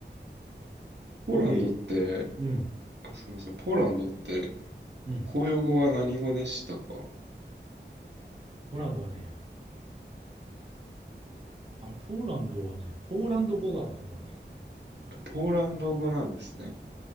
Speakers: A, on the right (about 70°); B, on the right (about 30°).
A: ポーランドって、
B: それで、うん、
A: あ、すみません、ポーランドって、
B: うん。
A: 公用語は何語でしたか
B: ポーランドはね、あれ、ポーランドはね、ポーランド語があると思います。
A: ポーランド語なんですね。